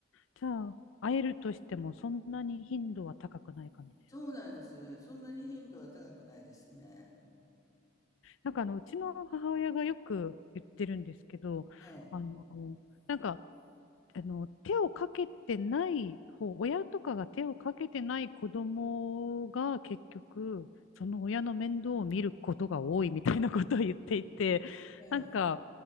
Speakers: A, on the left (about 80°); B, on the left (about 20°).
A: じゃあ、会えるとしても、そんなに頻度は高くない感じですか。
B: そうなんです。そんなに頻度は高くないですね。
A: なんか、あの、うちの母親がよく言ってるんですけど、
B: ええ、
A: あの、なんか、あの、手をかけてない方、親とかが手をかけてない子供が結局、その親の面倒を見ることが多いみたいなことを言っていて、
B: ええ、
A: なんか、